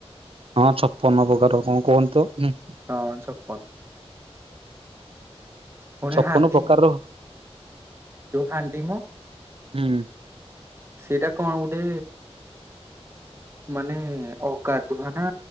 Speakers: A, on the right (about 60°); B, on the right (about 25°).
A: ହଁ ଛପନ ପ୍ରକାର କଅଁ କୁହନ୍ତୁ ଉଁ।
B: ହଁ ଛପୁ ପୁଣି
A: ଛପନ
B: ହାଣ୍ଡି
A: ପ୍ରକାରର ହଁ
B: ଯୋଉ ହାଣ୍ଟି ମ
A: ହୁଁ।
B: ସେଟା କଣ ଗୋଟେ ମାନେ ଅଗାଧୁଆ ନା